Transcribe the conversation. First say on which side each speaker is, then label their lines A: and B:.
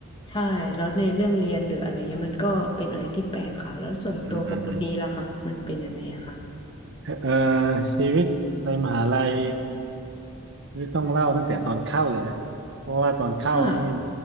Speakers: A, on the left; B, on the right.
A: ใช่แล้วในเรื่องเรียนหรืออะไรเงี้ยมันก็เป็นอะไรที่แปลกค่ะแล้วส่วนตัวของคุณดีล่ะคะมันเป็นยังไงอะคะ
B: อืมอืมอืมเออชีวิตในมหาลัยนี่ต้องเล่าตั้งแต่ตอนเข้าเลยนะ เพราะว่าตอนเข้านี่
A: ค่ะ